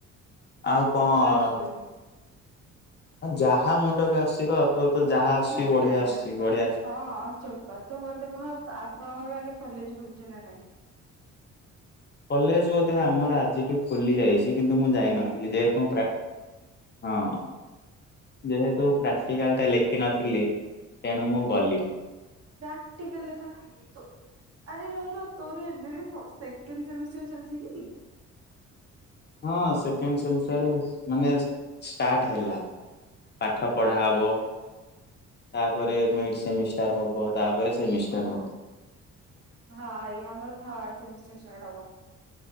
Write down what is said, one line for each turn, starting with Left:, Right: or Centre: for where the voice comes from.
Left: ଆଉ କଣ?
Right: ଆସୁନି।
Left: ଯାହା ମୁଣ୍ଡକ ଆସ କ ତୋର ତ ଯାହା ଆସୁି
Right: ନା
Left: ବଢିଆ
Right: ନା ନା
Left: ଆସୁଛି ବଢିଆସ।
Right: ହଁ ଚୋପା ତୁ ବୋତେ କହ ଆପଣଙ୍କର କାଲି କଲେଜ ଖୁଲଛ ନା ନାଇଁ।
Left: କଲେଜ ବୋଧେ ଆମର ଆଜିଠୁ ଖୋଲି ଯାଇଛି କିନ୍ତୁ ମୁଁ ଯାଇନଥିଲି
Right: ହେଁ
Left: ଯେହତୁ ହଁ ଯେହେତୁ ପ୍ରାକ୍ଟିକାଲ ଟା ଲେଖିନଥିଲି। ତେଣୁ ମୁଁ ଗଲି।
Right: ପ୍ରାକ୍ଟିକଲ ଲେଖା ତ ଆରେ ରହନ ତୋର ଏବେ ସେକଣ୍ଡ ସେମିଷ୍ଟର ଚାଲିଛି କି?
Left: ହଁ ସେେଣ୍ଡ ମାନେ ଷ୍ଟଟ ହେଲା। ପାଠ ପଢା ହବ। ତାପରେ ମି ସେମିଷ୍ଟାର ହବ ତାପରେ ସେମିଷ୍ଟାର ହବ।
Right: ହଁ ଇ ଆମର ଥମଷ୍ଟରାର୍ ହବ।